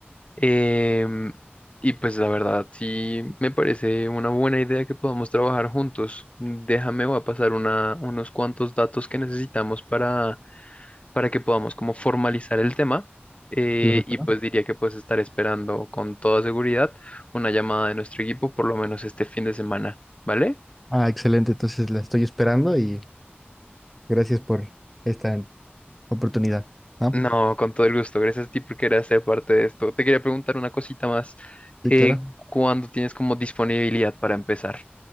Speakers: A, on the left (about 30°); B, in the centre.
A: Em, y pues la verdad, sí me parece una buena idea que podamos trabajar juntos. Déjame, voy a pasar una, unos cuantos datos que necesitamos para, para que podamos como formalizar el tema. eh,
B: Claro que
A: y
B: no.
A: pues diría que pues estar esperando con toda seguridad una llamada de nuestro equipo por lo menos este fin de semana, ¿vale?
B: Ah, excelente. Entonces la estoy esperando y gracias por esta oportunidad, ¿no?
A: No, con todo el gusto. Gracias a ti por querer ser parte de esto. Te quería preguntar una cosita más. Eh,
B: Sí, claro.
A: ¿cuándo tienes como disponibilidad para empezar?